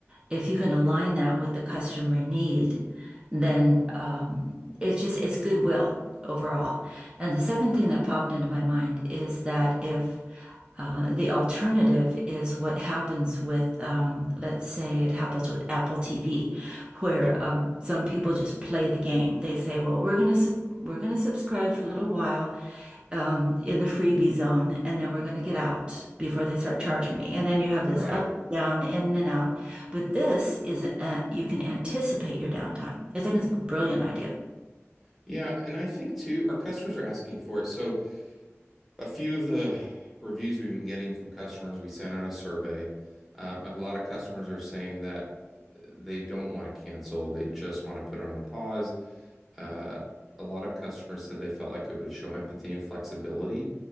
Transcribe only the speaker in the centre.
Yeah,
right.
Yeah, and I think too, our customers are asking for it. So a few of the reviews we've been getting from customers, we sent out a survey. Um, a lot of customers are saying that they don't want to cancel. They just want to put it on pause. Uh, a lot of customers said they felt like it would show empathy and flexibility,